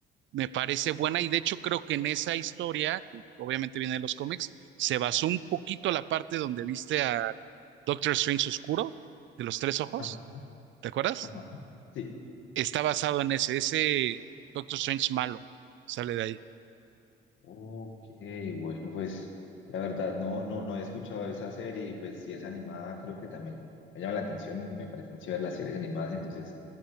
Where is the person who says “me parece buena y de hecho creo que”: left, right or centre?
Right